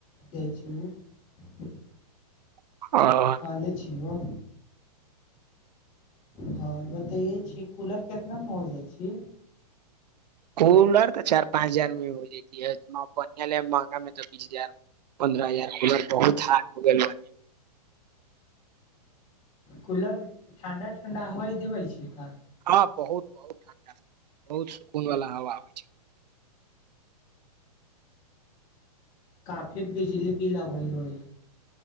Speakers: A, on the left; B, on the right.
A: दै छी ओ
B: ओ
A: कले छियौ आओर बतैयै छी कूलर कितना मे हो जाइ छै
B: कूलर तऽ चार पाँच हजार मे हो जा तियै ह महंगा मे तऽ बीस हजार पन्द्रह हजार कुलर बहुत हार्ड हो गेल बानि
A: कूलर ठण्डा ठण्डा हवाइ देबै छै का
B: हँ बहुत बहुत ठण्डा बहुत सुकून वाला हवा आबै छै
A: काफी बिजली बिल आबइ होइ